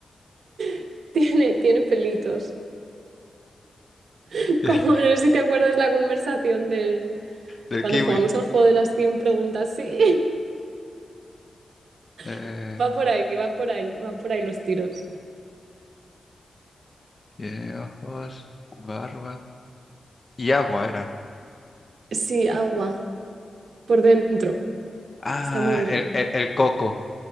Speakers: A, on the right; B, on the left.
A: <laughs> Tiene, tiene pelitos. <laughs>
B: <laughs>
A: Como no sé si te acuerdas la conversación del
B: del
A: cuando
B: kiwi.
A: jugamos al juego de las 100 preguntas. Sí,
B: Eh,
A: <laughs> va por ahí, va por ahí, van por ahí los tiros.
B: tiene ojos, barba y agua era.
A: Sí, agua, por dentro.
B: Ah,
A: Está muy buena.
B: el, el- el coco.